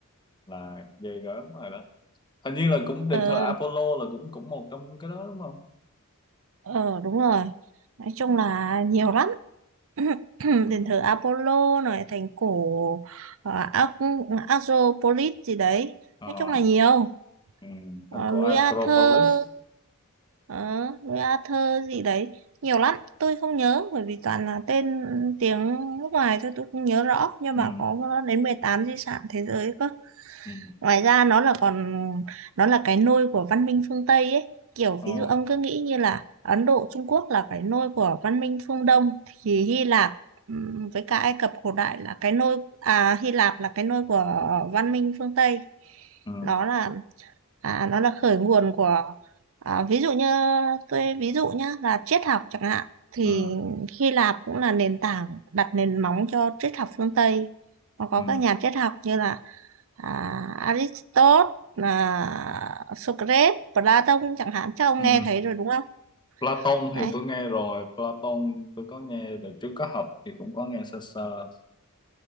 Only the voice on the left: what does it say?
là ghê gớm rồi đó. Hình như là cũng đền
thờ Apollo là cũng cũng một trong cái đó đúng không?
Ừ,
ừ,
ờ,
ừ.
Thành cổ
Acropolis.
Ừ,
ừ,
ờ,
ừ,
ừ,
ừ.
Ừ.
Platon thì
tôi nghe rồi, Platon tôi có nghe được trước có học thì cũng có nghe sơ sơ.